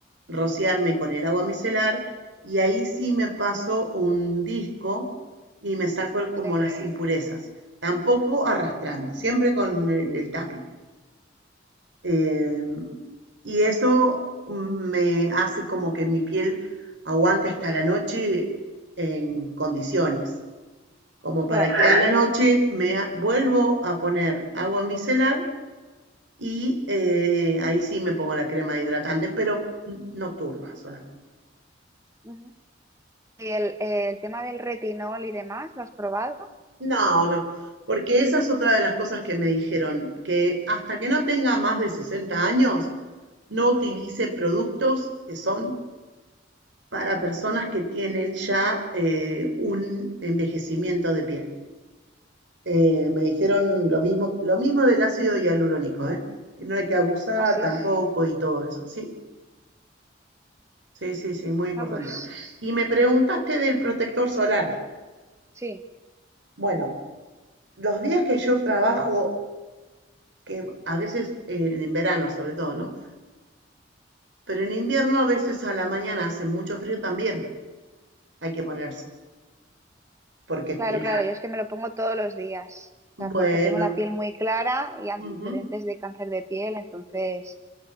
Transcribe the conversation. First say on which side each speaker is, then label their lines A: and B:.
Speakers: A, on the right; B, on the right.
A: rociarme con el agua micelar y ahí sí me paso un disco y me saco el- como
B: sí,
A: las impurezas, tampoco arrastrando, siempre con el, el tapping. Eh, y eso me hace como que mi piel aguante hasta la noche en condiciones, como
B: claro.
A: para que a la noche me vuelvo a poner agua micelar y eh, ahí sí me pongo la crema hidratante, pero nocturna solamente.
B: Ujú. ¿Y el, el tema del retinol y demás, lo has probado?
A: No, no, porque esa es otra de las cosas que me dijeron, que hasta que no tenga más de 60 años, no utilice productos que son para personas que tienen ya eh, un envejecimiento de piel. Eh, me dijeron lo mismo, lo mismo del ácido hialurónico, ¿eh? que no hay que abusar
B: Ah, sí.
A: tampoco y todo eso. Sí, sí, sí, sí, muy importante.
B: Ah, pues
A: Y me preguntaste del protector solar.
B: sí.
A: Bueno, los días que yo trabajo, que a veces eh, en verano sobre todo, ¿no? Pero en invierno a veces a la mañana hace mucho frío también hay que ponerse, porque
B: Claro,
A: el-
B: claro, yo es que me lo pongo todos los días, o
A: bueno,
B: sea, porque tengo la piel muy clara y antecedentes
A: ujú,
B: de cáncer de piel, entonces